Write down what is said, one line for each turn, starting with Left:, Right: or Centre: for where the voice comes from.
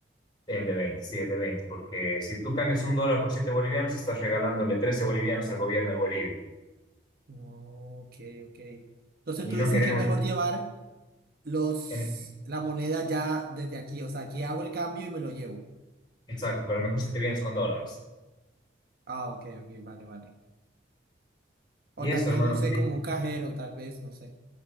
Left: El de 20, sí, el de 20, porque si tú cambias un dólar por 7 bolivianos, estás regalándole 13 bolivianos al gobierno de Bolivia.
Right: No, ok, ok. Entonces
Left: Y
Right: tú
Left: no
Right: dices
Left: queremos,
Right: que es mejor llevar los,
Left: en-
Right: la moneda ya desde aquí. O sea, aquí hago el cambio y me lo llevo.
Left: exacto, pero mejor si te vienes con dólares.
Right: Ah, ok, ok, vale, vale. O
Left: Y
Right: también,
Left: eso, hermano,
Right: no sé,
Left: querido.
Right: como un cajero, tal vez, no sé.